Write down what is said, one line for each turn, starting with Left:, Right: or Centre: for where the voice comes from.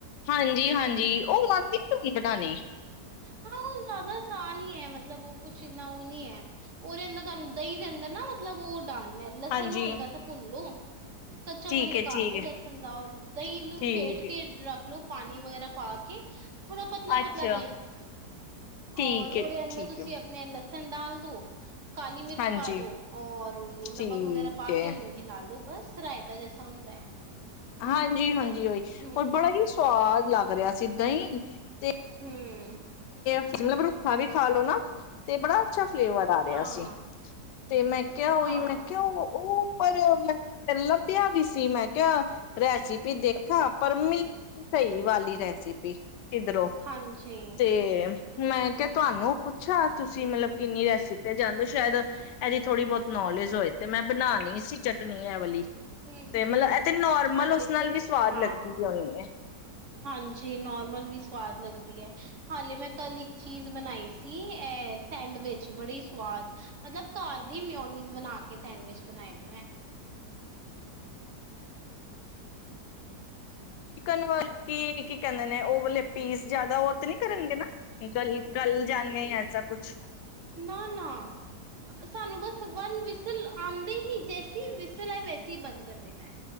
Left: ਹਾਂਜੀ ਹਾਂਜੀ ਉਹ ਆਦੀ ਆ ਤੁਕੀ ਬਣਾਉਣੇ
Right: ਹਾਂ ਉਹ ਜ਼ਿਆਦਾ ਆਸਾਨ ਹੀ ਹੈ ਮਤਲਬ ਉਹ ਕੁਛ ਇੰਨਾ ਉਹ ਨੀ ਹੈ ਉਹਦੇ ਅੰਦਰ ਤੁਹਾਨੂੰ ਦਹੀਂ ਦੇ ਅੰਦਰ ਨਾ ਮਤਲਬ ਉਹ ਡਾਲਣਾ ਲਸਣ
Left: ਹਾਂਜੀ
Right: ਨੂੰ ਹਲਕਾ ਸਾ ਭੁੰਨ ਲੋ ਕੱਚਾਪਣ
Left: ਠੀਕ
Right: ਨਿਕਾਲ
Left: ਏ, ਠੀਕ
Right: ਦੋ
Left: ਏ,
Right: ਲਸਣ ਦਾ ਔਰ ਦਹੀਂ ਨੂੰ
Left: ਠੀਕ
Right: ਫੇਟ
Left: ਏ,
Right: ਕੇ ਰੱਖ ਲੋੋ ਪਾਣੀ ਵਗੈਰਾ ਪਾ ਕੇ ਥੋੜਾ ਪਤਲਾ
Left: ਅੱਛਾ
Right: ਪਤਲਾ
Left: ਠੀਕ
Right: ਔਰ ਉਹਦੇ
Left: ਏ।
Right: ਅੰਦਰ
Left: ਠੀਕ
Right: ਤੁਸੀਂ
Left: ਏ,
Right: ਆਪਣੇ ਲਸਣ ਡਾਲ ਦੋ ਕਾਲੀ ਮਿਰਚ
Left: ਹਾਂਜੀ
Right: ਪਾ ਦੋ ਔਰ ਉਹਨੂੰ
Left: ਠੀਕ
Right: ਨਮਕ ਵਗੈਰਾ ਪਾ
Left: ਏ,
Right: ਕੇ ਉਹਨੂੰ ਇਹ ਲਾਲੋ ਬਸ ਰਾਇਤਾ ਜੈਸਾ ਹੁੰਦਾ ਹੈ
Left: ਹਾਂਜੀ ਹਾਂਜੀ ਹੀ
Right: ਹੂੰ
Left: ਬੜਾ ਹੀ ਸਵਾਦ ਲੱਗ ਰਿਹਾ ਸੀ ਦਹੀ ਤੇ
Right: ਹਾਂ
Left: ਮਤਲਬ ਰੁੱਖਾ ਵੀ ਖਾ ਲੋੋ ਨਾ ਤੇ ਬੜਾ ਅੱਛਾ ਫਲੇਵਰ ਆ ਰਿਹਾ
Right: ਹਾਂ
Left: ਸੀ, ਤੇ ਮੈਂ ਕਿਹਾ ਉਹੀ
Right: ਹਾਂ
Left: ਮੈਂ ਕਿਹਾ ਉਹ ਪਰ ਮੈਂ ਫਿਰ ਲੱਭਿਆ ਵੀ ਸੀ, ਮੈਂ ਕਿਹਾ ਰੈਸਪੀ ਦੇਖਾਂ ਪਰ ਮਿਲੀ ਨੀ ਸਹੀ ਵਾਲੀ ਰੈਸਿਪੀ। ਕਿੱਧਰੋਂ।
Right: ਹਾਂਜੀ,
Left: ਤੇ, ਮੈਂ ਕਿਹਾ ਤੁਹਾਨੂੰ ਪੁੱਛਾ ਤੁਸੀਂ ਮਤਲਬ ਕਿੰਨੀ ਰੈਸਪੀ ਜਾਂਦੇ ਹੋ ਸ਼ਾਇਦ ਇਹਦੀ ਥੋੜ੍ਹੀ ਬਹੁਤ ਨੌਲੇਜ ਹੋਏ, ਤੇ ਮੈਂ ਬਣਾਣੀ ਸੀ ਚਟਨੀ ਇਹ ਵਾਲੀ
Right: ਹੂੰ
Left: ਤੇ
Right: ਹੂੰ,
Left: ਮਤਲਬ ਇਹ ਤੇ ਨੋਰਮਲ
Right: ਹਾਲੇ
Left: ਉਸ ਨਾਲ
Right: ਤੇ
Left: ਵੀ ਸਵਾਦ
Right: ਹਾਂ
Left: ਲੱਗਦੀ ਹੋਣੀ ਹੈ
Right: ਹਾਂਜੀ ਨੋਰਮਲ ਵੀ ਸਵਾਦ ਲਗਦੀ ਹੈ, ਹਾਲੇ ਮੈਂ ਕੱਲ ਇੱਕ ਚੀਜ਼ ਬਣਾਈ ਸੀ ਅ ਸੈਂਡਵਿਚ ਬੜੀ ਸਵਾਦ ਮਤਲਬ ਘਰ ਦੀ ਮਿਓਨੀਜ਼ ਬਣਾ ਕੇ ਸੈਂਡਵਿਚ ਬਣਾਏ ਨੇ ਮੈਂ <inaudible>
Left: ਚਿਕਨ ਵ ਕੀ ਕੀ ਕਹਿੰਦੇ ਨੇ ਉਹ ਵਾਲੇ ਪੀਸ ਜਿਆਦਾ ਉਹ ਤੇ ਨੀ ਕਰਨਗੇ, ਨਾ ਗਲ ਗਲ ਜਾਣਗੇ ਐਸਾ ਕੁਛ
Right: ਨਾ ਨਾ ਸਾਨੂੰ ਬਸ ਵਨ ਵਿਸਲ ਆਦੀ ਹੀ ਜ ਵਿਸਲ ਵੈਸੇ ਹੀ ਬੰਦ ਕਰ ਦੇਣਾ ਹੈ।